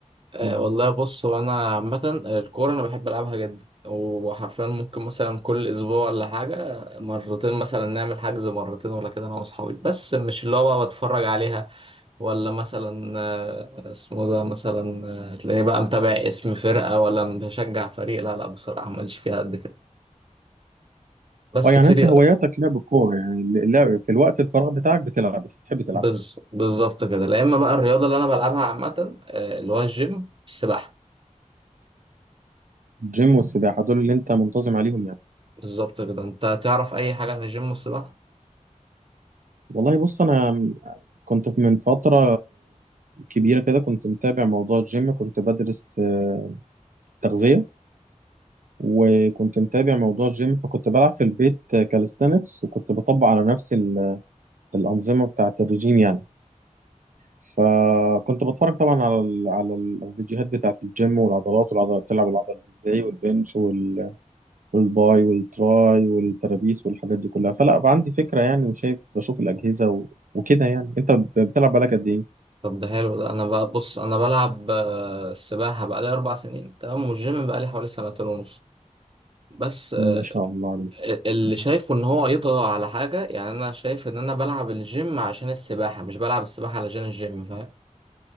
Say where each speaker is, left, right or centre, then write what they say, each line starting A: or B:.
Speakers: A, on the right (about 40°); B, on the right (about 85°).
A: أه
B: مم.
A: والله بص هو انا عامة الكورة انا بحب العبها جدا وحرفيا ممكن مثلا كل اسبوع ولا حاجة مرتين مثلا نعمل حجز مرتين ولا كده انا واصحابي بس مش اللي هو بقى بتفرج عليها ولا مثلا آه، اسمه ده مثلا آه، تلاقيني بقى متابع اسم فرقة ولا بشجع فريق لا لا بصراحة ماليش فيها قد كده بس
B: أه يعني
A: في
B: أنت
A: ري-
B: هواياتك لعب الكورة يعني اللعب في الوقت الفراغ بتاعك بتلعب بتحب تلعب
A: بز... بالظبط كده لا اما بقى الرياضه اللي انا بلعبها عامه آه، اللي هو الجيم السباحه
B: الجيم والسباحة دول اللي أنت منتظم عليهم يعني
A: بالظبط كده انت تعرف اي حاجه عن الجيم والسباحه
B: والله بص أنا كنت من فترة كبيرة كده كنت متابع موضوع الجيم كنت بدرس آه، تغذية وكنت متابع موضوع الجيم فكنت بلعب في البيت كاليستانكس وكنت بطبق على نفسي الأنظمة بتاعة الرجيم يعني فكنت بتفرج طبعا على ال على ال- الفيديوهات بتاعة الجيم والعضلات والعضلات تلعب العضلات ازاي والبنش وال- والباي والتراي والترابيس والحاجات دي كلها فلا بقى عندي فكرة يعني وشايف بشوف الأجهزة و- وكده يعني أنت ب- بتلعب بالك قد إيه؟
A: طب ده حلو ده انا بقى بص انا بلعب آه، السباحه بقالي اربع سنين تمام والجيم بقالي حوالي سنتين ونص بس آه،
B: ما شاء الله عليك
A: اللي
B: مم.
A: شايفه ان هو يطغى على حاجه يعني انا شايف ان انا بلعب الجيم عشان السباحه مش بلعب السباحه علشان الجيم فاهم